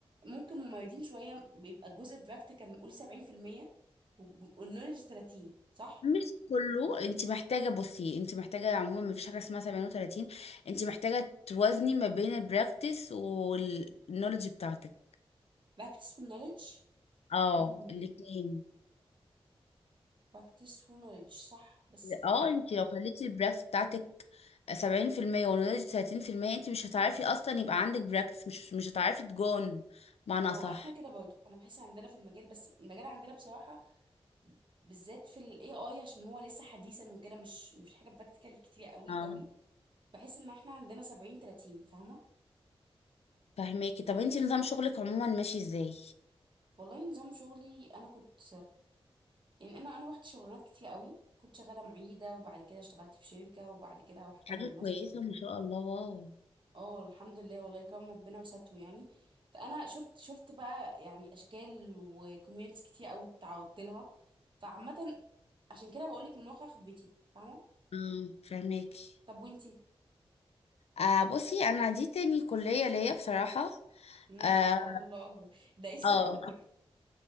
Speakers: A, on the right; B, on the left.
A: ممكن ممرضين شوية بيبقى الجزء براكتيكال نقول 70% والنولج 30 صح؟
B: مش كله انت محتاجه بصي انت محتاجه عموما ما فيش حاجه اسمها 37 انت محتاجه توازني ما بين البراكتس والنولج بتاعتك
A: براكتس والنولج
B: اه
A: امم
B: الاثنين
A: practice و knowledge صح بس
B: اه
A: ببقى
B: انت لو خليتي البراكتس بتاعتك 70% والنولج 30% انت مش هتعرفي اصلا يبقى عندك براكتس مش مش هتعرفي تجون معنى
A: اه
B: صح
A: احنا كده برضو انا بحس عندنا في المجال بس المجال عندنا بصراحة بالذات في ال AI عشان هو لسه حديثا وكده مش مفيش حاجة براكتيكال كتير قوي
B: اه
A: قوي بحس ان احنا عندنا 70 30 فاهمة
B: فهماكي طب انت نظام شغلك عموما ماشي ازاي
A: والله نظام شغلي انا كنت يعني انا انا روحت شغلانات كتير قوي كنت شغالة معيدة وبعد كده اشتغلت في شركة وبعد كده هروح اكمل
B: حاجه
A: ماستر
B: كويسه ما شاء الله واو
A: اه الحمد لله والله كرم ربنا وستره يعني فانا شفت شفت بقى يعني اشكال وكوميونتس كتير قوي اتعرضت لها فعامه عشان كده بقول لك من واقع خبرتي فاهمه
B: اه فهماكي
A: طب وانتي
B: آه بصي انا دي تاني كلية ليا بصراحة
A: امم
B: اه
A: ان شاء الله الله اكبر <laughs> ده ايه الصبر
B: آه،
A: ده كله